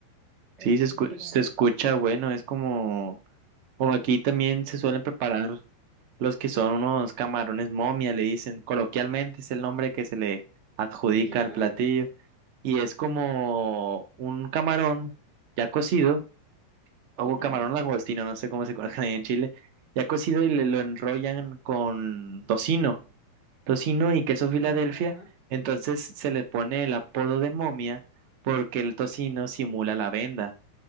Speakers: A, on the right; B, on the right.
A: Eso
B: Sí, se
A: sí,
B: escu-
A: muy recomendado.
B: se escucha, bueno, es como, como aquí también se suelen preparar los que son unos camarones momia, le dicen, coloquialmente es el nombre que se le adjudica
A: Ya,
B: al platillo. Y es como un camarón ya cocido o
A: ujú,
B: camarón langostino, no sé cómo se conoce ahí en Chile, ya cocido y le- lo enrollan con tocino, tocino y queso Filadelfia,
A: ya,
B: entonces se le pone el apodo de momia porque el tocino simula la venda.